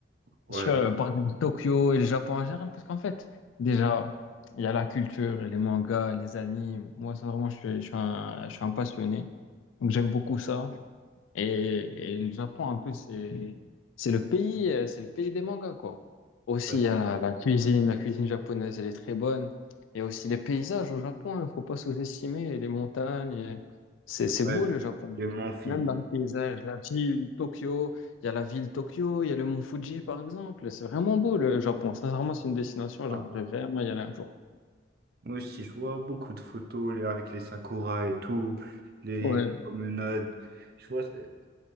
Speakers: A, on the right; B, on the left.
A: Ouais,
B: Sur, euh, par exemple, Tokyo et le Japon en général, parce qu'en fait, déjà, il y a la culture, et les mangas, les animes. Moi, ça vraiment, je suis, je suis un, je suis un passionné. Donc, j'aime beaucoup ça. Et, et le Japon, un peu, c'est c'est le pays, euh, c'est le pays des mangas, quoi. Aussi,
A: ouais,
B: il y a la, la cuisine, la cuisine japonaise, elle est très bonne. Il y a aussi les paysages au Japon, il ne faut pas sous-estimer les montagnes. euh, C'est c'est
A: ouais.
B: beau le Japon.
A: Le Mont Fuji.
B: Même dans les paysages, la ville Tokyo, il y a la ville Tokyo, il y a le mont Fuji, par exemple. C'est vraiment beau le Japon. Sincèrement, c'est une destination,
A: Enfin,
B: j'aimerais vraiment y aller un jour.
A: moi aussi, je vois beaucoup de photos les- avec les sakuras et tout, les
B: Ouais,
A: promenades. Je vois. c'est-